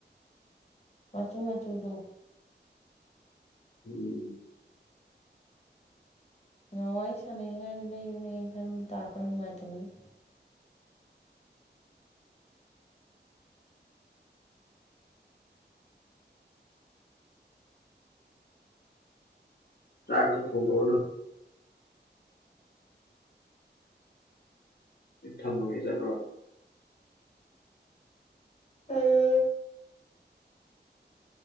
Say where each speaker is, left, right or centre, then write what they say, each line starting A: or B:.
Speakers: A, on the left (about 35°); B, on the left (about 65°).
A: ꯃꯆꯨ ꯃꯆꯨꯗꯣ
B: ꯎꯝ
A: ꯉꯍ ꯋꯥꯔꯤ ꯁꯥꯟꯅꯉꯥꯏꯗ ꯂꯩꯕꯅꯦ ꯈꯟꯕ ꯇꯥꯛꯔꯄ ꯅꯨꯡꯉꯥꯏꯇꯕꯒꯤ
B: ꯇꯥꯛꯇ ꯊꯒ ꯊꯝꯃꯒꯦ ꯆꯠꯂꯨꯔ
A: ꯇꯦꯟ